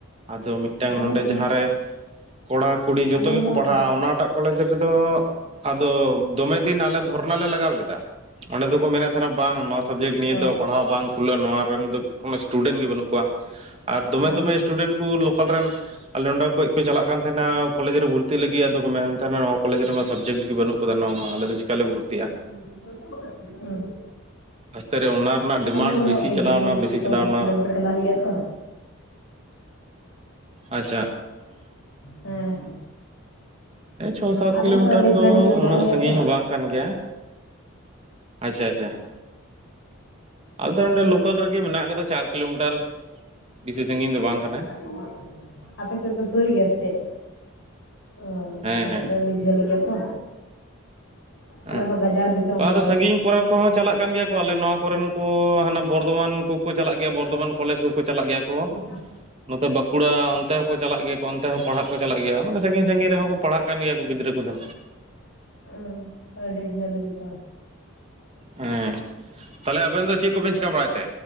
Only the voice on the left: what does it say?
ᱟᱞᱮ
ᱥᱮᱫ
ᱟᱞᱮ
ᱦᱚᱸ
ᱚ
ᱚ
<unintelligible>
ᱟᱞᱮ ᱨᱮᱦᱚᱸ
ᱟᱹᱰᱤ
ᱡᱷᱟᱹᱞ ᱜᱮ ᱚᱱᱠᱟ
ᱪᱷᱚ
ᱥᱟᱛ ᱠᱤᱞᱳᱢᱤᱴᱟᱨ ᱪᱟᱞᱟᱜ ᱦᱩᱭᱩᱜᱼᱟ ᱛᱚ,
ᱦᱮᱸ
ᱟᱞᱮ
ᱥᱮᱫ ᱟᱹᱰᱤ ᱡᱷᱟᱹᱞ
ᱜᱮ ᱢᱮᱱᱟᱜ
ᱜᱮᱭᱟ
ᱛᱚ ᱾
<unintelligible> <unintelligible> ᱟᱯᱮ ᱥᱮᱫ ᱫᱚ ᱥᱩᱨ ᱜᱮᱭᱟ? ᱪᱮᱫ ᱚ
ᱟᱞᱮ ᱥᱮᱫ
ᱫᱚ ᱟᱹᱰᱤ ᱡᱷᱟᱹᱞ ᱜᱮᱭᱟ ᱛᱚ᱾
ᱟᱞᱮ ᱫᱚ ᱜᱟᱡᱟᱲ ᱫᱤᱥᱚᱢ ᱦᱚᱲ
᱾
ᱦᱩᱸ
ᱚ ᱟᱹᱰᱤ ᱡᱟᱹᱞᱤ ᱜᱮ ᱫᱚ,